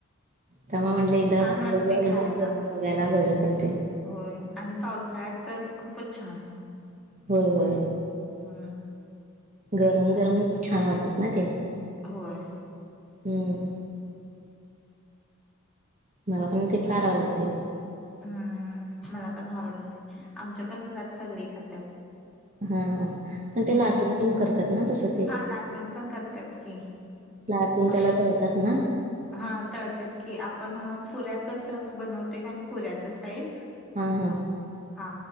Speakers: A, on the right (about 35°); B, in the centre.
A: त्यामुळ म्हणलं एकदा
B: छान वाटते
A: बघुया म्हणजे
B: खायला
A: <unintelligible> बघायला बर पडतेय.
B: होय आणि पावसाळ्यात तर खूपच छान.
A: होय होय.
B: हा.
A: गरम गरम च छान वाटतात ना ते.
B: होय.
A: हम्म. मला पण ते फार आवडतय.
B: हा मला पण आवडते आमच्या पण घरात सगळी खात्यात.
A: हां हां पण ते
B: हम्म
A: लाटून पण करतात ना तस.
B: हा लाटून पण करत्यात की.
A: लाटून
B: अ
A: त्याला तळत्यात ना?
B: हा तळत्यात की आपण पुऱ्या कस बनवतोय का आणि पुऱ्याच साईज
A: हा हा.
B: हा